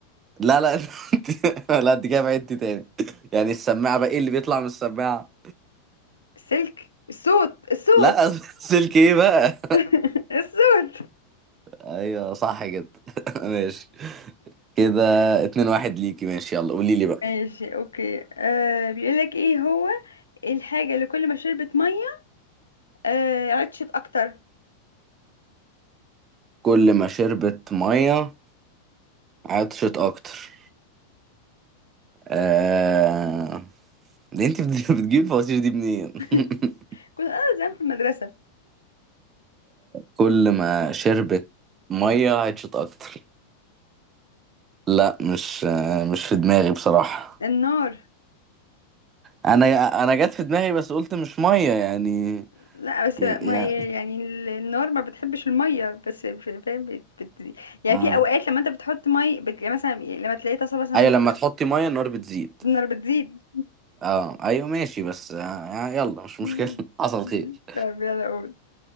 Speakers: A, on the right; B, on the left.
A: لا لا <laughs> انت لا انت كده بعدتي تاني يعني السماعة بقى ايه اللي بيطلع من السماعة
B: السلك الصوت الصوت
A: لا <laughs> سلك ايه بقى
B: <laughs> الصوت
A: ايوه صح كده <laughs> ماشي كده اتنين واحد ليكي ماشي يلا قولي لي بقى
B: ماشي اوكي آه بيقول لك ايه هو الحاجة اللي كل ما شربت مية آه عطشت اكتر
A: كل ما شربت مية عطشت اكتر آه... ليه انت بت- بتجيب الفوازير دي منين
B: <laughs>
A: <laughs>
B: كنت انا زمان في المدرسة
A: كل ما شربت ميه عطشت اكتر لا مش مش في دماغي بصراحه
B: النار
A: انا انا جت في دماغي بس قلت مش ميه يعني
B: لا بس
A: يا
B: ما
A: يا
B: هي يعني ال- النار ما بتحبش الميه بس ف- فاهم بت... بت... يعني
A: اه
B: في اوقات لما انت بتحط مي بت... يعني مثلا لما تلاقي طاسه مثلا
A: ايوه لما تحطي ميه النار بتزيد
B: النار بتزيد
A: اه ايوه ماشي بس آه آه، يلا مش
B: مم.
A: مشكله <laughs> حصل خير
B: طب يلا قول